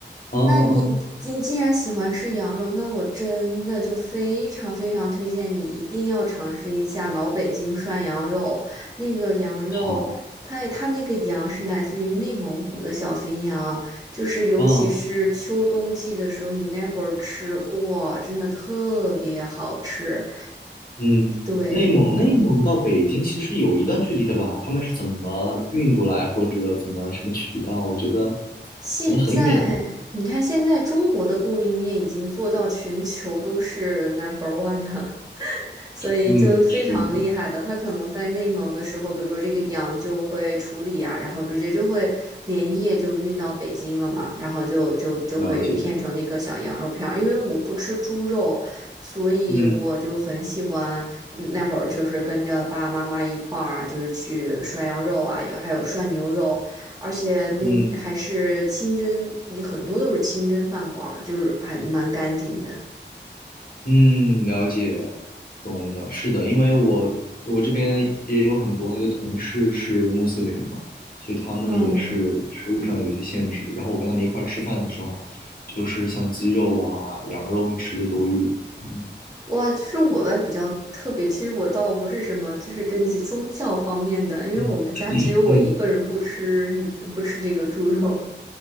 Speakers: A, on the left; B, on the right.
A: 嗯嗯，
B: 那你你既然喜欢吃羊肉，那我真的就非常非常推荐你一定要尝试一下老北京涮羊肉。那个羊肉，
A: 好，
B: 它它那个羊是来自于内蒙古的小肥羊，就是尤其是秋冬季的时候，
A: 嗯。
B: 你那会儿吃，哇，真的特别好吃。
A: 嗯，
B: 对，
A: 内蒙内蒙到北京其实有一段距离的吧？他们是怎么运过来，或者怎么什么渠道？我觉得
B: 现在你看，
A: 好像很远啊。
B: 现在中国的供应链已经做到全球都是 number one 的。所以就非常厉害的，
A: 嗯，是的，
B: 他可能在内蒙的时候，比如说这个羊就会处理啊，然后直接就会连夜就运到北京了嘛，然后就就就会片成那个小羊肉片儿。
A: 了解。
B: 因为我不吃猪肉，所以我就很喜欢，
A: 嗯
B: 嗯那会儿就是跟着爸爸妈妈一块儿，就是去涮羊肉啊，有还有涮牛肉，而且那还是清真，
A: 嗯
B: 你很多都是清真饭馆儿，就是还蛮干净的。
A: 嗯，了解，懂了。是的，因为我我这边也有很多那个同事是穆斯林嘛，所以他们也是食物上有一些限制。
B: 嗯。
A: 然后我跟他们一块儿吃饭的时候，就是像鸡肉啊、羊肉会吃的多一点。嗯
B: 哇，其实我吧比较特别，其实我倒不是什么，就是根据宗教方面的，因为我们家只有我一个人不吃不吃这个猪肉，
A: 嗯嗯。